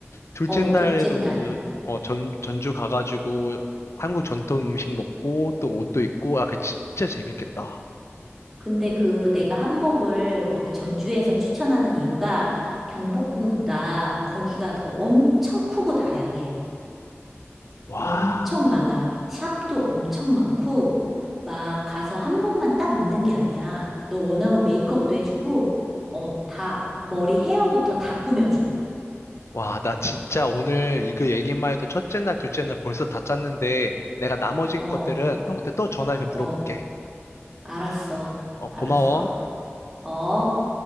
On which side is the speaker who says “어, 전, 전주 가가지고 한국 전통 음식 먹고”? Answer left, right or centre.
Left